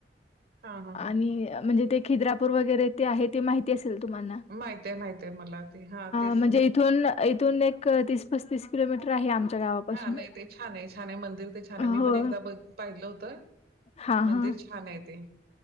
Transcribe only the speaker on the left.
आणि म्हणजे ते खिद्रापूर वगैरे ते आहे ते माहिती असेल तुम्हाना?
म्हणजे इथून इथून एक तीस -पस्तीस किलोमीटर आहे आमच्या गावापासून.
हो.
हा,
हा,